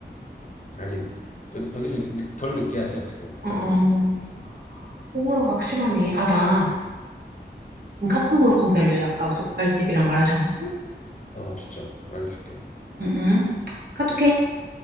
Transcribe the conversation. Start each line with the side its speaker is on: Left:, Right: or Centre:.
Left: 아니, 그, 그지, 덜 느끼하지, 어떻게 보면.
Right: 어,
Left: 후라이드
Right: 어.
Left: 치킨보다.
Right: 호불호가 확실하네. 아, 나 지금 카톡으로 거기 알려줘. 아까 족발집이랑 마라샹궈집?
Left: 어, 진짜. 알려줄게.
Right: 응, 응. 카톡해.
Left: 알겠어.